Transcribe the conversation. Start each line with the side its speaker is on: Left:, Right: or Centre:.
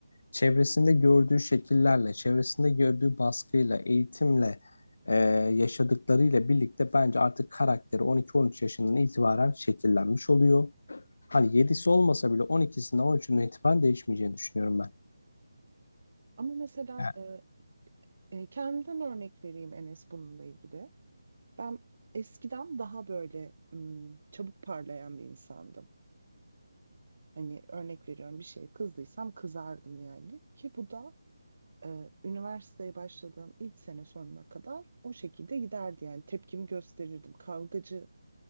Left: Çevresinde gördüğü şekillerle, çevresinde gördüğü baskıyla, eğitimle, e, yaşadıklarıyla birlikte bence artık karakteri 12-13 yaşından itibaren şekillenmiş oluyor. Hani 7'si olmasa bile 12'sinden 13'ünden itibaren değişmeyeceğini düşünüyorum ben.
Right: Ama mesela
Left: Yani,
Right: e, e, kendimden örnek vereyim Enes bununla ilgili. Ben eskiden daha böyle hmm, çabuk parlayan bir insandım. Hani örnek veriyorum bir şeye kızdıysam kızardım yani. Ki bu da e, üniversiteye başladığım ilk sene sonuna kadar o şekilde giderdi yani tepkimi gösterirdim. Kavgacı